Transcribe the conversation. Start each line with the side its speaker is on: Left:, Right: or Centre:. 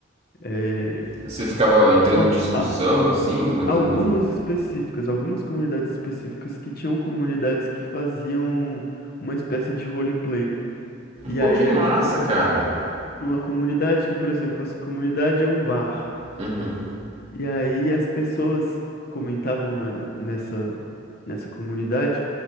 Left: é,
Right: Você ficava entrando
Left: al-
Right: em discussão,
Left: a-
Right: assim, mandando.
Left: algumas específicas, algumas comunidades específicas que tinham comunidades que faziam uma espécie de roleplay. E
Right: Pô,
Left: aí
Right: que
Left: era
Right: massa,
Left: tipo assim.
Right: cara.
Left: de uma comunidade que, por exemplo, essa comunidade é um bar.
Right: Uhum.
Left: E aí as pessoas comentavam na, nessa, nessa comunidade